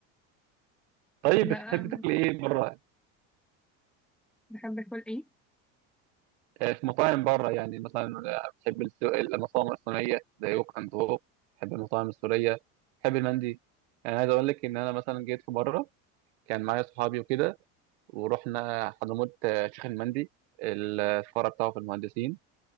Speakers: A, on the right; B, in the centre.
A: طيب
B: لا
A: بتحب تاكل ايه بره
B: بحب اكل ايه
A: آه، في مطاعم بره يعني مثلا آه، بحب السو- المطاعم الصينية زي ووك أند هوك بحب المطاعم السورية بحب المندي يعني عايز أقول لك إن أنا مثلا جيت في مرة كان معايا صحابي وكده ورحنا حضرموت آه، شيخ المندي الفرع بتاعه في المهندسين